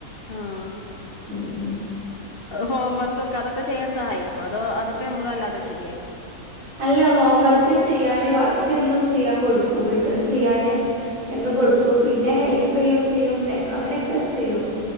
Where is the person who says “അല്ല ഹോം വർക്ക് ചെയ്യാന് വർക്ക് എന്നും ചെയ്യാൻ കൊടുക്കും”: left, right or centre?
Right